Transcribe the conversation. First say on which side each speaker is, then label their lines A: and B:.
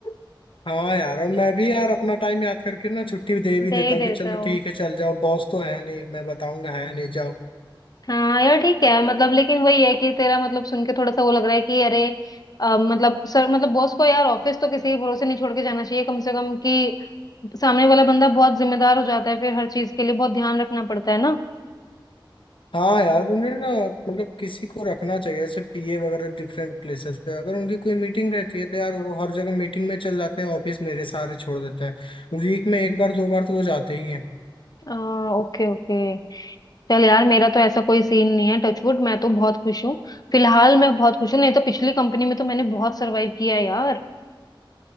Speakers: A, on the left (about 50°); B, on the left (about 75°).
A: <laughs>
B: हाँ यार और मैं भी यार अपना टाइम याद करके ना छुट्टी दे भी
A: दे
B: देता
A: ही
B: हूँ
A: देता
B: कि चलो
A: हूँ
B: ठीक है चल जाओ बॉस तो है नहीं मैं बताऊंगा है नहीं जाओ
A: हाँ यार ठीक है मतलब लेकिन वही है कि तेरा मतलब सुन के थोड़ा सा वो लग रहा है कि अरे अ, मतलब सर मतलब बॉस को यार ऑफिस तो किसी के भरोसे नहीं छोड़ के जाना चाहिए कम से कम कि सामने वाला बंदा बहुत जिम्मेदार हो जाता है फिर हर चीज के लिए बहुत ध्यान रखना पड़ता है ना
B: हाँ यार उन्हें ना मतलब किसी को रखना चाहिए ऐसे पीए वगैरह डिफरेंट प्लेसेस पे अगर उनकी कोई मीटिंग रहती है तो यार वो हर जगह मीटिंग में चल जाते हैं ऑफिस मेरे सहारे छोड़ देते हैं वीक में एक बार दो बार तो वो जाते ही हैं
A: ओके ओके चल यार मेरा तो ऐसा कोई सीन नहीं है टचवुड मैं तो बहुत खुश हूँ फिलहाल मैं बहुत खुश हूँ नहीं तो पिछली कंपनी में तो मैंने बहुत सरवाइव किया है यार